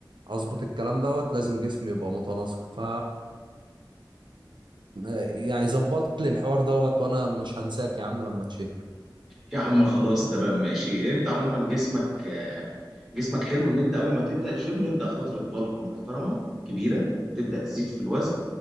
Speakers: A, on the right; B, in the centre.
A: أظبط الكلام دوت لازم جسمي يبقى متناسق ف يعني ظبط لي الحوار دوت وأنا مش هنساك يا عم لما تشهر
B: <laughs> يا عم خلاص تمام ماشي انت عموما جسمك آه، جسمك حلو ان انت اول ما تبدا الجيم نبدا فتره بلك محترمه كبيره تبدا تزيد في الوزن